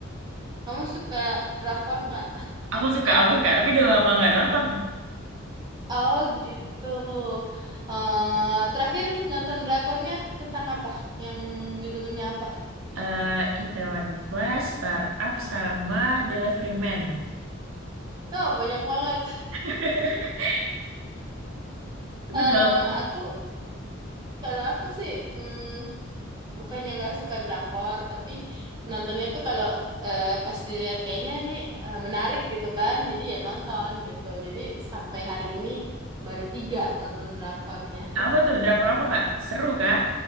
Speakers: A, on the right; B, on the right.
A: kamu suka drakor nggak?
B: Aku suka, aku suka, tapi udah lama nggak nonton.
A: Oh, gitu. eh terakhir nonton drakornya tentang apa? Yang judulnya apa?
B: eh Itaewon Class, Startup, sama Delivery Man.
A: Oh, banyak banget.
B: <laughs> Tapi
A: <laughs> eh
B: udah lama banget.
A: aku Kalau aku sih, mm, bukannya nggak suka drakor, tapi nontonnya tuh kalau eh, pas dilihat kayaknya ini eh, menarik gitu kan, jadi ya nonton gitu. Jadi sampai hari ini baru tiga nonton drakornya.
B: Apa tuh? Drakor apa, Kak? Seru kah?